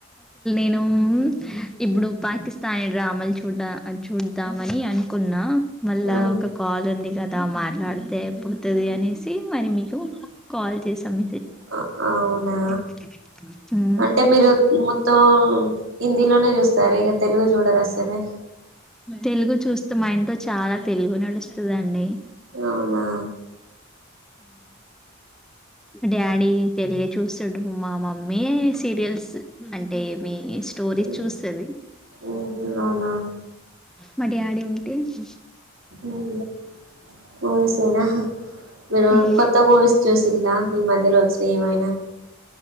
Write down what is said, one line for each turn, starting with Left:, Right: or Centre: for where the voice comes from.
Centre: నేనూ ఇప్పుడు పాకిస్తానీ డ్రామాలు చూడ చూద్దామని అనుకున్నా మళ్ళా
Right: ఆ,
Centre: ఒక కాల్ ఉంది కదా మాట్లాడితే పోతది అనేసి మరి మీకు కాల్ చేసాం
Right: ఆ, అవునా
Centre: <unintelligible> హమ్
Right: అంటే మీరు మొత్తం హిందీలోనే చూస్తారా ఇక తెలుగు చూడరు అసలే
Centre: తెలుగు చూస్తాం మా ఇంట్లో చాలా తెలుగు నడుస్తదండి
Right: అవునా
Centre: డ్యాడి తెలిగే చూస్తడు మా మమ్మీ సీరియల్స్ అంటే మీ స్టోరీస్
Right: ఉమ్,
Centre: చూస్తది
Right: ఉమ్, అవునా
Centre: మా డ్యాడి ఉన్ <unintelligible>
Right: ఉహు పోయిసేనా మీరు
Centre: మ్మ్.
Right: కొత్త మూవీస్ చూస్ తిల్లా ఈ మధ్యలో వచ్చినాయి ఏమైనా